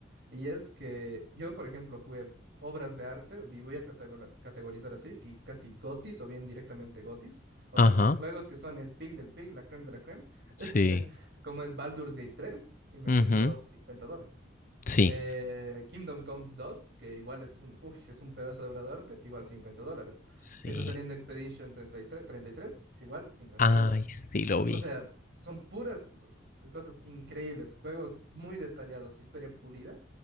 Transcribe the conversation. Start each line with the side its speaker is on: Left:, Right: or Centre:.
Right: y es que yo, por ejemplo, jugué obras de arte, y voy a categora- categorizar así, y casi gotis o bien directamente gotis, o
Left: ajá.
Right: sea, los juegos que son el pick del pick, la creme de la creme,
Left: Sí.
Right: <laughs> como es Baldur's Gate tres y me
Left: Ujú,
Right: costó 50 dólares.
Left: Sí.
Right: Eh, Kingdom Come 2, que igual es un, uy, es un pedazo de obra de arte, igual 50 dólares.
Left: Sí.
Right: Está saliendo Expedition 33, 33, igual 50
Left: Ay,
Right: dólares.
Left: sí lo vi.
Right: O sea, son puras uh, cosas increíbles, juegos muy detallados, historia pulida,